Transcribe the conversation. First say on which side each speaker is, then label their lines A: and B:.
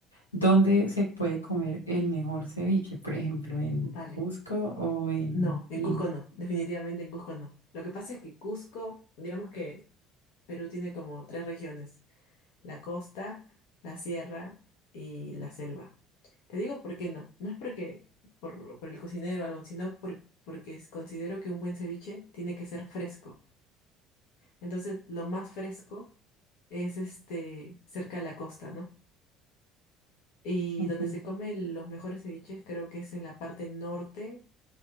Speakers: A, on the left; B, on the left.
A: ¿Dónde se puede comer el mejor ceviche? Por ejemplo, ¿en
B: vale.
A: Cusco o en
B: No, en
A: Lima?
B: Cusco no, definitivamente en Cusco no. Lo que pasa es que Cusco, digamos que Perú tiene como tres regiones, la costa, la sierra y la selva. Te digo por qué no, no es porque por, por el cocinero o algo, sino por- porque es- considero que un buen ceviche tiene que ser fresco. Entonces, lo más fresco es este cerca de la costa, ¿no? Y
A: Okay.
B: donde se comen los mejores ceviches creo que es en la parte norte